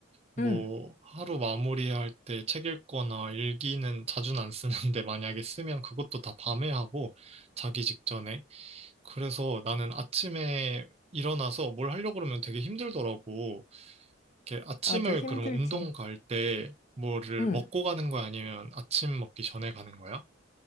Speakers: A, on the right (about 30°); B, on the left (about 35°).
A: 뭐,
B: 응.
A: 하루 마무리할 때 책 읽거나 일기는 자주는 안 쓰는데 <laughs> 만약에 쓰면 그것도 다 밤에 하고 자기 직전에. 그래서 나는 아침에 일어나서 뭘 하려고 그러면 되게 힘들더라고. 이렇게 아침을
B: 아주 힘들지.
A: 그러면 운동 갈 때 뭐를
B: 응.
A: 먹고 가는 거야? 아니면 아침 먹기 전에 가는 거야?